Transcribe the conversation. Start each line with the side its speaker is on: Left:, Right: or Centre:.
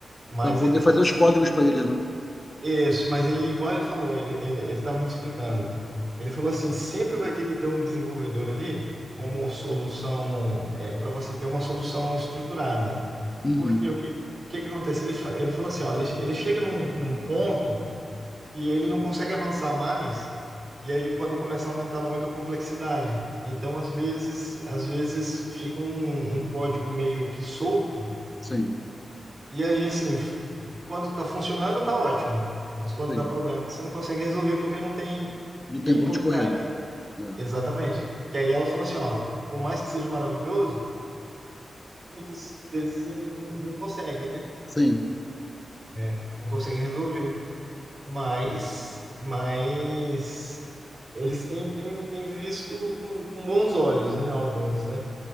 Right: Mas
Left: para poder
Right: ele falou
Left: fazer os
Right: assim
Left: códigos para eles, né?
Right: Isso, mas aí, igual ele falou, ele, ele, ele estava me explicando. Ele falou assim: sempre vai ter que ter um desenvolvedor ali como solução, é, para você ter uma solução estruturada.
Left: Uhum,
Right: Porque o que, o que que acontece? Ele, fa- ele falou assim: ó, ele, che- ele chega num, num ponto e ele não consegue avançar mais, e aí quando começa a aumentar muito a complexidade. Então, às vezes, às vezes fica um, um código meio que solto
Left: sim,
Right: e aí, assim, f- quando tá funcionando, tá ótimo. Mas quando
Left: sim,
Right: dá problema, você não consegue resolver porque não tem
Left: não
Right: quem
Left: tem para
Right: por
Left: onde correr,
Right: trás.
Left: né? É,
Right: Exatamente. Que aí ela falou assim, ó, por mais que seja maravilhoso, muitas vezes ele não não consegue, né?
Left: sim,
Right: É, não consegue resolver. Mas, mas eles têm, têm, têm visto com, com bons olhos, né? Alguns, né?